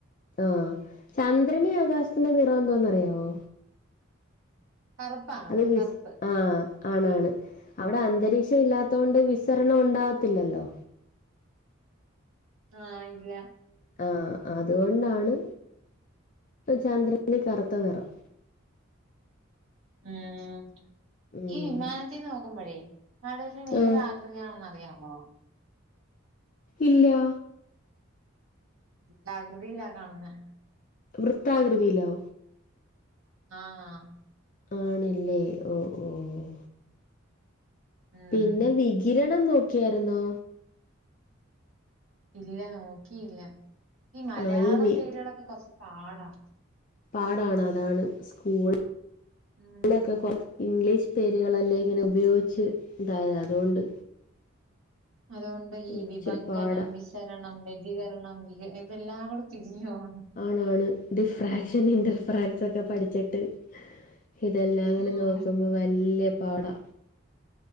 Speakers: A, on the left; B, on the right.
A: ആഹ് ചന്ദ്രനിൽ ആകാശത്തിന്റെ നിറമെന്തോന്ന് അറിയാവോ
B: കറുപ്പാണ്
A: അത് വിസ്
B: കറുപ്പ്
A: ആഹ് ആണാണ് അവിടെ അന്തരീക്ഷം ഇല്ലാത്തോണ്ട് വിസരണം ഉണ്ടാവത്തില്ലല്ലോ
B: ആഹ് ഇല്ല
A: ആഹ് അതുകൊണ്ടാണ് ചന്ദ്രനിൽ കറുത്ത നിറം.
B: ഉം
A: ഉം
B: ഈ വിമാനത്തിന് നോക്കുമ്പഴേ <unintelligible>
A: ആഹ്
B: ഏത് ആകൃതിയാണെന്ന്റിയാമോ
A: ഇല്ലാ
B: വൃത്താകൃതിലാ കാണ്ന്നെ
A: വൃത്താകൃതിയിലോ
B: ആഹ്
A: ആണ് ല്ലേ ഓഹ് ഓഹ്
B: ഉം
A: പിന്നെ വികിരണം നോക്കിയായിരുന്നോ
B: ഇല്ല നോക്കിയില്ല ഈ മലയാളം
A: ആഹ് ഈ വി
B: പേരുകളൊക്കെ കൊറച്ച് പാടാ
A: പാടാണ് അതാണ് സ്കൂൾ
B: ഉം.
A: ഒക്കെ ഇംഗ്ലീഷ് പേരുകളല്ലേ ഇങ്ങനെ ഉപയോഗിച്ച് ഇതായേ അത്കൊണ്ട്
B: അതുകൊണ്ട് ഈ
A: ഇച്ചിരി
B: വിഭങ്കനം
A: പാടാ
B: വിസരണം വ്യതികരണം ഇത് ഇതെല്ലാം കൂടെ തിരിഞ്ഞോവാണ്
A: ആണാണ് ഡിഫ്രാക്ഷൻ ഇന്റർഫറൻസൊക്കെ പഠിച്ചിട്ട് ഇതെല്ലാം കൂടി
B: ഉം.
A: നോക്കുമ്പോ വ വല്ല്യപാടാ